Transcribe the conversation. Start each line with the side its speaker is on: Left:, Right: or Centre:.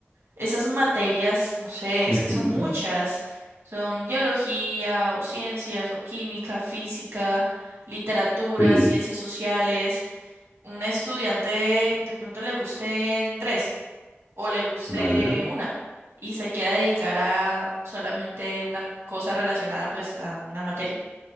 Right: Esas materias, no sé, es
Left: Ujú,
Right: que son muchas. Son biología o ciencias o química, física, literatura,
Left: Sí,
Right: ciencias sociales. Un estudiante de pronto le gusten tres o le guste
Left: vale.
Right: una y se quiera dedicar a solamente una cosa relacionada pues a una materia.